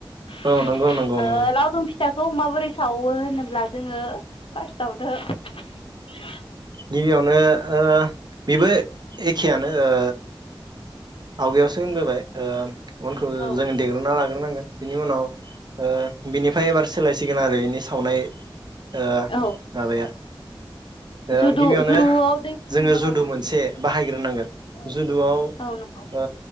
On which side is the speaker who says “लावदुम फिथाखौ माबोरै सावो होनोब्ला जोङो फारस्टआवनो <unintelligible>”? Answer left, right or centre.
Left